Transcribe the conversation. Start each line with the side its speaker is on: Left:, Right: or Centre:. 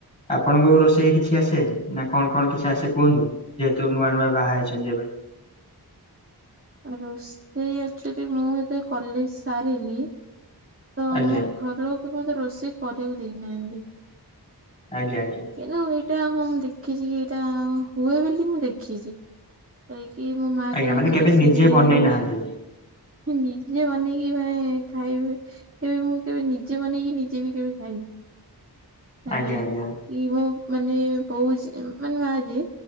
Left: ଆପଣଙ୍କ ରୋଷେଇ କିଛି ଆସେ ନା କଣ କଣ କିଛି ଆସେ କୁହନ୍ତୁ? ଯେହେତୁ ନୂଆ ନୂଆ ବାହା ହେଇଛନ୍ତି ଏବେ
Right: ଆ ରୋଷେଇ ଆକଚୁଆଲି ମୁଁ ଏତେ କଲେଜ ସାରିଲି ତ
Left: ଆଜ୍ଞା
Right: ମୁଁ ଘର ଲୋକ କି ମୋତେ ରୋଷେଇ କରିବାକୁ ଦେଇନାହାନ୍ତି।
Left: ଆଜ୍ଞା ଆଜ୍ଞା।
Right: ଯୋଉ ଏଇଟା ହଁ ମୁଁ ଦେଖିଛି କି ଏଇଟା ହୁଏ ବୋଲି ମୁଁ ଦେଖିଛି ହେଇକି ମୋ ମାଆ
Left: ଆଜ୍ଞା
Right: କେବେ
Left: ମାନେ
Right: ମୋତେ ରୋଷେଇ
Left: ନିଜେ
Right: କରିବାକୁ
Left: ବନେଇ
Right: କେବେ
Left: ନାହାନ୍ତି
Right: ନିଜେ ବନେଇକି <unintelligible> ଖାଇବେ କେବେ ମୁଁ କେବେ ନିଜେ ବନେଇକି ନିଜେ ବି କେବେ ଖାଇନି ହେ
Left: ଆଜ୍ଞା
Right: ନାଇ
Left: ଆଜ୍ଞା
Right: ଇ ମୋ ମାନେ ବୋଉ ମାନେ ମା ଯେ